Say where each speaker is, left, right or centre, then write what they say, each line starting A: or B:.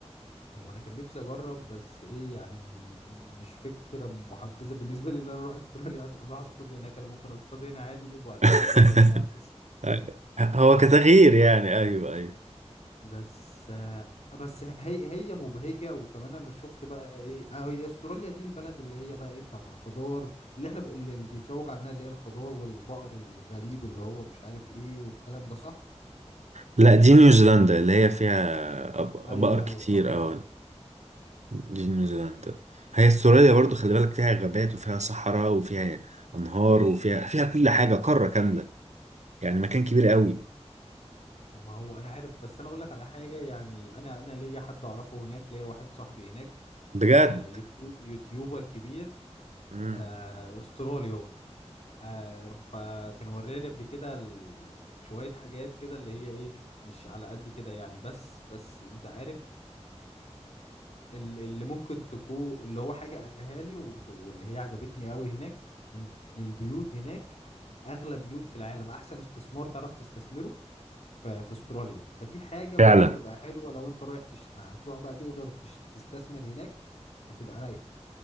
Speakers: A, on the left; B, on the right.
A: هو انا كان نفسي اجرب بس ايه يعني م- مش فكره محبذه بالنسبه لي ان انا اروح استراليا عشان اروح اصطاد هناك انا ممكن اصطاد هنا عادي وبعد
B: <laughs>
A: كده اجرب بقى بس
B: هو كتغيير يعني ايوه ايوه
A: بس آه، بس هي هي مبهجه وكمان انا شفت بقى ايه آه، هي استراليا دي البلد اللي هي بقى ايه بتاعت الخضار اللي احنا ب- اللي اللي بيتروج عنها اللي هي الخضار والبقر الغريب اللي هو مش عارف ايه والكلام ده صح
B: لا دي نيوزيلندا اللي هي فيها أب-
A: ايوه
B: بقر كتير
A: ايوه صح
B: اه دي نيوزيلندا هي استراليا برضو خلي بالك فيها غابات وفيها صحراء وفيها انهار وفيها فيها كل حاجه قاره كامله يعني مكان كبير قوي
A: ما هو انا عارف بس انا اقول لك على حاجه يعني انا انا ليا حد اعرفه هناك ليا واحد صاحبي هناك
B: بجد
A: آه يوتيوب يوتيوبر كبير
B: مم.
A: آه استرالي هو آه فكان وراني قبل كده ال- شويه حاجات كده اللي هي ايه مش على قد كده يعني بس بس انت عارف ال- اللي ممكن تكون اللي هو حاجه قالها لي و- واللي هي عجبتني قوي هناك ان البيوت هناك اغلى بيوت في العالم احسن استثمار تعرف تستثمره ف- في استراليا فدي حاجة
B: فعلا
A: ممكن تبقى حلوة لو انت رايح تش... هتروح بقى تقدر تش... تستثمر هناك هتبقى رايقة